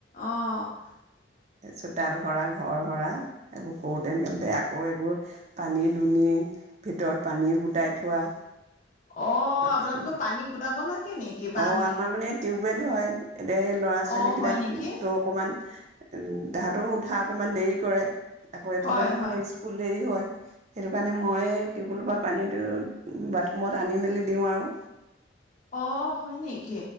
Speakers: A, on the left (about 40°); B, on the right (about 35°).
A: অঁ
B: চোতাল সৰা ঘৰ সৰা সেইবোৰ কৰোঁতে মেলতে আকৌ এইবোৰ পানী দুনি ভিতৰত পানী গোটাই থোৱা
A: অ আপোনালোকে
B: এইটো
A: পানী গোটাব লাগে নেকি পানী
B: অ আমাৰ মানে বেল হয় এতিয়া এই ল'ৰা ছোৱালীকেইটাকটো
A: অ হয় নেকি
B: অকণমান তাহাঁতৰো উঠা অকমান দেৰি কৰে আকৌ এইফালে
A: হয়
B: নহ'লে
A: হয়
B: স্কুল দেৰি হয় সেইটো কাৰণে মই টিউব েলৰ পৰা পানীটো বাথৰুমত আনি মেলি দিওঁ আৰু
A: অহ হয় নেকি!